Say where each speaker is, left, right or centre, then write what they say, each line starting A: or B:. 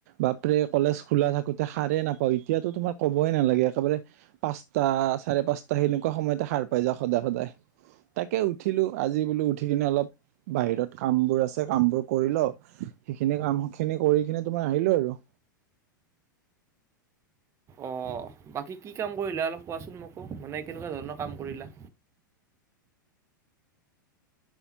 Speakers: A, on the right; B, on the right.
A: বাপৰে, কলেজ খোলা থাকোতে সাৰেই নাপাওঁ। এতিয়াতো তোমাৰ ক'বই নালাগে, একেবাৰে পাঁচটা চাৰে পাঁচটা সেনেকুৱা সময়তে সাৰ পাই যাওঁ সদায়, সদায়। তাকে উঠিলোঁ, আজি বোলো উঠি কিনে অলপ বাহিৰত কাম বোৰ আছে কাম বোৰ কৰি লও, সেইখিনি কাম খিনি কৰি কিনে তোমাৰ আহিলো আৰু
B: অ, বাকী কি কাম কৰিলা, অলপ কোৱাচোন মোকো মানে কেনেকুৱা ধৰণৰ কাম কৰিলা?